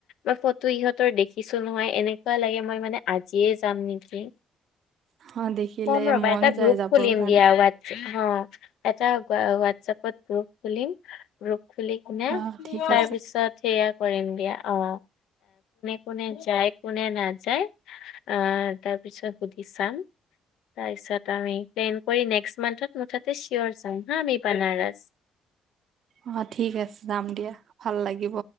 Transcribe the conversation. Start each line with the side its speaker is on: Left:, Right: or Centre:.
Left: মই ফটো ইহঁতৰ দেখিছো নহয় এনেকুৱা লাগে মই মানে আজিয়ে যাম নেকি?
Right: অ দেখিলে
Left: ক'ম ৰ'বা
Right: মন
Left: এটা
Right: যায়
Left: গ্ৰুপ
Right: যাবৰ
Left: খুলিম
Right: কাৰণে
Left: দিয়া আৰু এটা হোৱাটছপত গ্ৰুপ খুলিম গ্ৰুপ খুলি নে
Right: অ
Left: তাৰপিছত
Right: ঠিক আছে
Left: সেয়া কৰিম দিয়া অ, কোনে কোনে যায় কোনে নাযায় আহ তাৰপিছত সুধি চাম। তাৰ পিছত আমি প্লেন কৰি নেক্সট মান্থত মুঠতে চিয়ৰ যাম হা আমি বানাৰছ।
Right: অ, ঠিক আছে যাম দিয়া ভাল লাগিব।